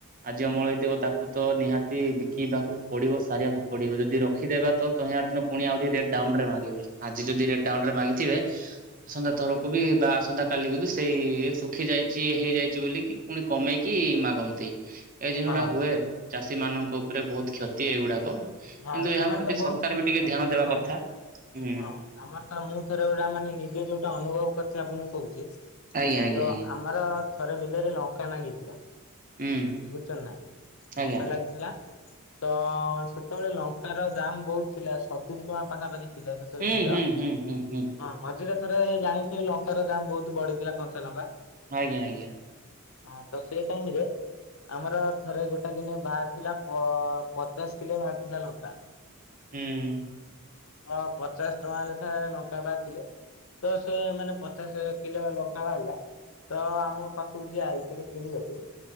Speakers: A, on the right; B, on the left.
A: ଆଜି ଅମଳ ହେଇଥିବ ତାକୁ ତ ନିହାତି ବିକିବାକୁ ପଡିବ ସାରିବାକୁ ପଡିବ ଯଦି ରଖିଦେବା ତ ତାର ଦିନ ପୁଣିରି ଟ ଡାଉନ ରେ ମାଗିବେ ଆଜି ଯଦି ରେଟ ଡାଉନ ରେ ମିଥିବେ ଆସନ୍ତା ଥରକୁ ବି ବା ଆସନ୍ତା କାଲିକୁୁ ବି ସେଇ ଶୁଖି ଯାଇଛି ହେଇଯାଇଛି ବୋଲିକି ପୁଣି କମେଇକି ମାଗନ୍ତି। ଏଇ ଜିନିଷ
B: ହଁ।
A: ଟା ହୁଏ ଚାଷୀ ମାନଙ୍କ ଉପରେ ବହୁତ କ୍ଷତି ଏଇଗୁଡାକ।
B: ହଁ
A: କିନ୍ତୁ
B: ସେମାନେ
A: ଏହା ପ୍ରତି
B: ତ
A: ସରକାର
B: ବହୁତ କ୍ଷତି
A: ବି ଟିକେ
B: ଶୁଣନ୍ତି
A: ଧ୍ୟାନ
B: ଦେଖନ୍ତୁ
A: ଦେବା କଥା। ହୁଁ
B: ହଁ। ଆମର ତ ମୁଁ ଥରେ ଗୋଟା ମାନେ ନିଜେ ଯୋଉଟା ଅନୁଭବ କରିଛି ଆପଣଙ୍କୁ କହୁଛି ତ
A: ଆଜ୍ଞା ଆଜ୍ଞା ଆଜ୍ଞା
B: ଆମ ଆମର ଥରେ ବିଲରେ ଲଙ୍କା ନାଗିଥିଲା।
A: ହୁଁ
B: ବୁଝୁଛନ୍ତି ନା
A: ଆଜ୍ଞା
B: ମସା ଲାଗୁଥିଲା ତ ସେ ସେତେବେଳେ ଲଙ୍କାର ଦାମ ବହୁତ ଥିଲା ସତୁରିୀ ଟଙ୍କା ପାଖାପାଖି ଥିଲା ସେତେବେଳେ
A: ହୁଁ
B: କିଲୋ
A: ହୁଁ ହୁଁ ହୁଁ ହୁଁ
B: ହଁ ମଝିରେେଶରେ ଜାଣିଥ ଲଙ୍କାର ଦାାମ ବହୁତ ବଢିଥିଲା କଂଞ୍ଚା ଲଙ୍କା।
A: ଆଜ୍ଞା ଆଜ୍ଞା।
B: ହଁ ତ ସେ ଟାଇମ ରେ ଆମର ଥରେ ଗୋଟେ ଦିନେ ବାହାର ଥିଲା ପଚାଶ କିଲୋ ବାହାରି ଥିଲା ଲଙ୍କା।
A: ହୁଁ
B: ହଁ ପଚାଶ ଟଙ୍କା ଲେଖାଏ ଲଙ୍କା ବାହାରି ଥିଲେ ତ ସେ ମାନେ ପଚାଶ କିଲୋ ଲଙ୍କା ବାହାରିଲା ତ ଆମ ପାଖକୁ ଯିଏ ଆଇଥିଲେ କିଣିବାକୁ